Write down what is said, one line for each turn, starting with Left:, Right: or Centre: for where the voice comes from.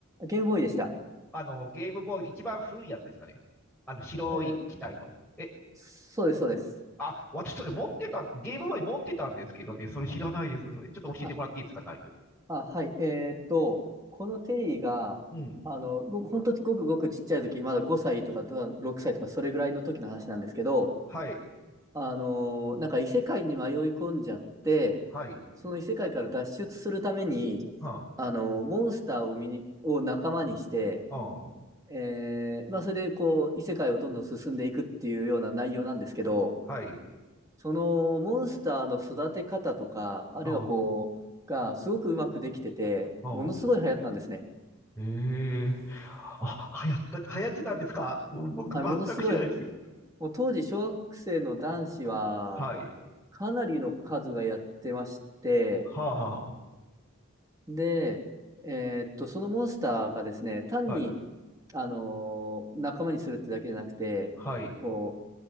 Right: ゲームボーイでした。
Centre: あの、ゲームボーイで一番古いやつですかね。あの、白い機体の。
Right: えー
Centre: え、
Right: そうです、そうです。
Centre: あ、私それ持ってた、ゲームボーイ持ってたんですけどね、それ知らないです。それ。ちょっと教えてもらっていいですか内容。
Right: ああ、はい。えーっと、このテリーが、
Centre: うん
Right: あの、ご、本当ごくごくちっちゃい時、まだ5歳とか、とか6歳とか、それぐらいの時の話なんですけど、
Centre: はい、
Right: あのーなんか異世界に迷い込んじゃって、
Centre: はい、
Right: その異世界から脱出するために、
Centre: は
Right: あのーモンスターを見に、を仲間にして、
Centre: あ、は
Right: えーまあ、それでこう、異世界をどんどん進んでいくっていうような内容なんですけど、
Centre: あ、はい、
Right: そのモンスターの育て方とか、あるいはこう、
Centre: は
Right: がすごくうまくできてて、
Centre: あ、はあ。
Right: ものすごい流行ったんですね。
Centre: ええあ、流行った、流行ってたんですか僕全く知らないです。
Right: はい、ものすごい、もう当時小学生の男子は
Centre: はい、
Right: かなりの数がやってまして、
Centre: はあ、は
Right: で、えーっと、そのモンスターがですね、単に、
Centre: あ、はい、
Right: あのー仲間にするってだけじゃなくて、
Centre: はい、
Right: こ